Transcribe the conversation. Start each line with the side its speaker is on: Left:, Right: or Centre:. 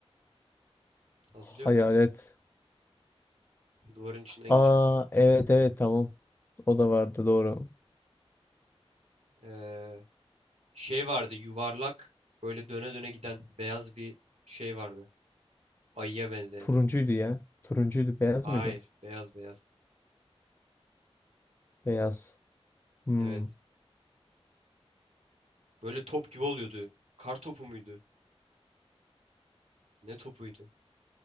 Right: Hatırlıyor
Left: Hayalet.
Right: musun? Duvarın içinden
Left: Aa
Right: geçiyor.
Left: evet evet tamam. O da vardı doğru.
Right: Ee, şey vardı. Yuvarlak, böyle döne döne giden beyaz bir şey vardı. Ayıya benzeyen.
Left: Turuncuydu ya. Turuncuydu. Beyaz
Right: Hayır.
Left: mıydı? o?
Right: Beyaz beyaz.
Left: Beyaz. Hmm.
Right: Evet. Böyle top gibi oluyordu. Kar topu muydu? Ne topuydu?